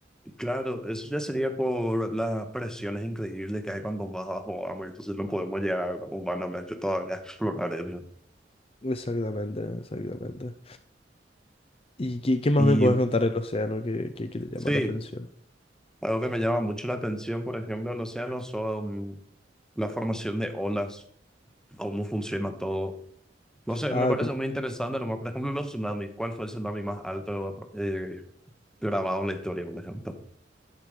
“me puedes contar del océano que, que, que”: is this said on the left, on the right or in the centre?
Left